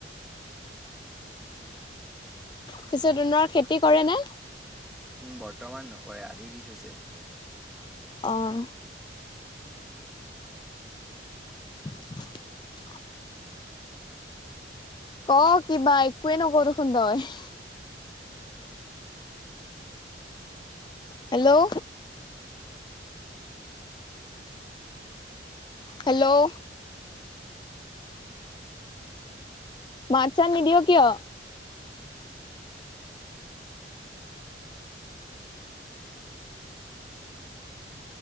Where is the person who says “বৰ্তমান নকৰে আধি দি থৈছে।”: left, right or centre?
Centre